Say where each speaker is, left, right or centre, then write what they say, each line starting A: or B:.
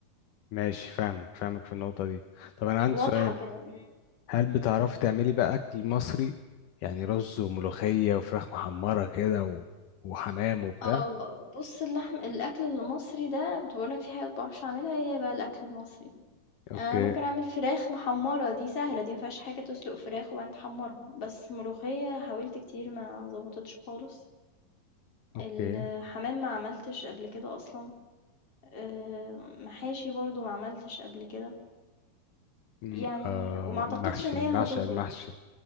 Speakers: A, on the left; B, on the left.
A: ماشي فاهمك فاهمك في النقطة دي طب انا عندي
B: واضحة
A: سؤال
B: كده، إمم،
A: هل بتعرفي
B: إمم.
A: تعملي بقى اكل مصري يعني رز وملوخية وفراخ محمرة كده و... وحمام وبتاع
B: آه، بُص اللحم الأكل المصري ده أنا كنت باقول لك في حاجات ما باعرفش أعملها، هي بقى الأكل المصري ده.
A: اوكي
B: يعني أنا ممكن أعمل فراخ محمّرة دي سهلة، دي ما فيهاش حاجة، تسلُق فراخ وبعدين تحمّرها، بس ملوخية حاولت كتير ما ضبطتش خالص،
A: اوكي
B: الحمام ما عملتش قبل كده أصلًا، آآ، محاشي برضه ما عملتش قبل كده،
A: أم،
B: يعني
A: آه
B: وما أعتقدش
A: محشي
B: إن هي
A: انا بعشق
B: هتضبط.
A: المحشي